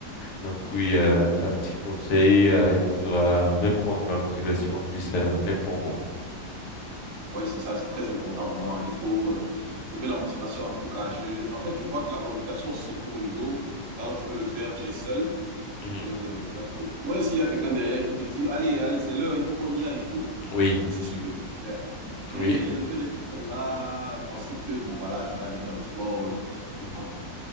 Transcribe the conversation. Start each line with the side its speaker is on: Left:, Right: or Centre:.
Left: Donc oui, euh, un petit conseil, euh, il faudra reprendre la motivation, je dis ça même pour moi.
Right: Oui, c'est ça, c'est très important, vraiment. Il faut euh, trouver la motivation, en tout cas. Je, en fait, je crois que la complication se trouve au niveau, quand tu veux le faire, tu es seul.
Left: Mhm.
Right: Euh, parce que, ouais, s'il y a quelqu'un derrière qui te dit, allez, allez, c'est l'heure, il faut qu'on y aille et tout,
Left: Oui,
Right: je suis sûr que je peux le faire. Mais
Left: oui.
Right: le fait d'être là, penser que, bon, voilà, je vais aller faire le sport.
Left: Mhm.
Right: Bon,